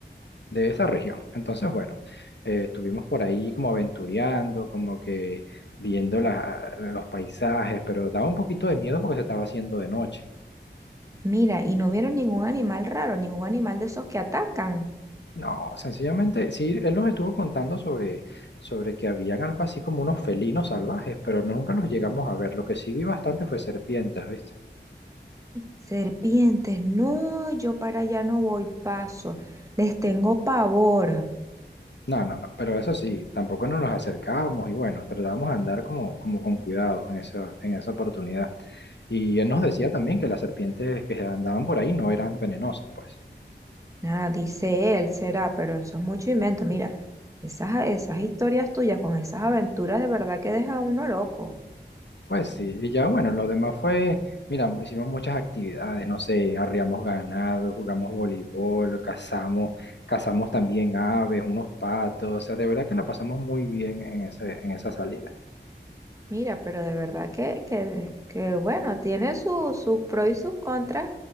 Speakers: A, on the left (about 70°); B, on the right (about 15°).
A: de esa región. Entonces, bueno, eh, estuvimos por ahí como aventureando, como que viendo la- los paisajes, pero daba un poquito de miedo porque se estaba haciendo de noche.
B: Mira, y no vieron ningún animal raro, ningún animal de esos que atacan.
A: No, sencillamente, sí, él nos estuvo contando sobre, sobre que habían algo así como unos felinos salvajes, pero nunca los llegamos a ver. Lo que sí vi bastante fue serpientes, ¿viste?
B: Serpientes, no, yo para allá no voy, paso. Les tengo pavor.
A: No, no, no, pero eso sí, tampoco nos los acercábamos y bueno, tratábamos de andar como, como con cuidado en esa, en esa oportunidad. Y él nos decía también que las serpientes que andaban por ahí no eran venenosas, pues.
B: Nada, dice él, será, pero eso es mucho invento. Mira, esas, esas historias tuyas con esas aventuras de verdad que deja a uno loco.
A: Pues sí, y ya bueno, lo demás fue, mira, hicimos muchas actividades, no sé, arriamos ganado, jugamos voleibol, cazamos, cazamos también aves, unos patos, o sea, de verdad que la pasamos muy bien en ese, en esa salida.
B: Mira, pero de verdad que, que, que bueno, tiene su- sus pros y sus contras